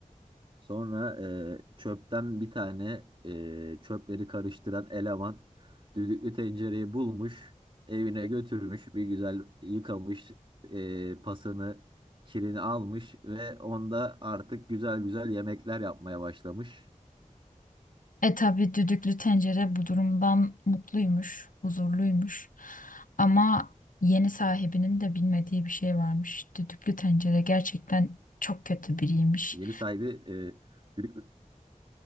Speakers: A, on the right; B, on the left.
A: Sonra e, çöpten bir tane e, çöpleri karıştıran eleman düdüklü tencereyi bulmuş, evine götürmüş, bir güzel yıkamış, e, pasını, kirini almış ve onda artık güzel güzel yemekler yapmaya başlamış.
B: E tabii düdüklü tencere bu durumdan mutluymuş, huzurluymuş. Ama yeni sahibinin de bilmediği bir şey varmış. Düdüklü tencere gerçekten çok kötü biriymiş.
A: Yeni sahibi e, düdüklü-